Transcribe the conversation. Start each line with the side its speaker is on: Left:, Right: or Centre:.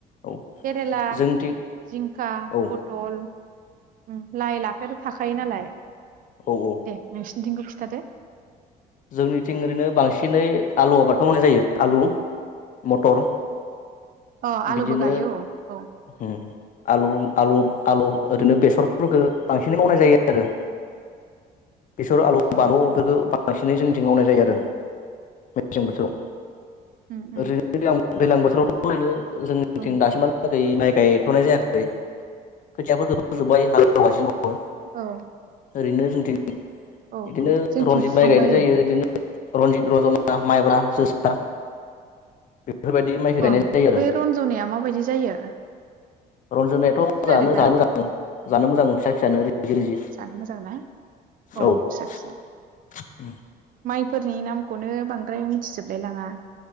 Left: औ
Right: केरेला
Left: जोंनिथिं
Right: जिंखा
Left: औ
Right: पटल ओ ओ लाइ लाफाथ' थाखायो नालाय
Left: औ औ
Right: दे नोंस थिखौ खिथादो
Left: जोंनिथिं ओरैनो बांसिनै आलु आबादखौ मावनाय जायो आलु मटर
Right: अ आलुबो
Left: बिदिनो
Right: गायो औ औ
Left: उम आलु आलु आलु ओरैनो बेसरफोरखौ बांसिनै मावनाय जायो आरो बेसर आलु
Right: औ
Left: बानुफोरखौ
Right: औ
Left: बांसिनै जोंनिथिं मावनाय जायो आरो मेसें बोथोराव।
Right: उम उम
Left: <unintelligible> दैज्लां बोथोराव थ ओरैनो जोंनिथिं
Right: औ
Left: दासि माला दै माइ गायथ'नाय जायाखै खोथियाफोरखौबो फोजोब्बाय हालेवगासिनो दङ।
Right: औ।
Left: ओरैनो जोंथिं
Right: औ
Left: इदिनो
Right: औ जोंथिं
Left: रनजित
Right: फुहांबाय
Left: माइ गायनाय जायो
Right: ओं
Left: इदिनो। रन्जित रजना माइब्रा जोसा। बेफोरबायदि माइखौ गायनाय
Right: बा
Left: जायो
Right: बे रन्जनाया माबायदि जायो।
Left: रन्जनायाथ'
Right: खोनादोंना
Left: जानो जानो मोजां जानो मोजां फिसा फिसायानो रिजि रिजि
Right: जानो मोजां ना अ
Left: औ। उम।
Right: फिसा फिसा माइफोरनि नामखौनो बांद्राय मिथिजोबलाय लाङा।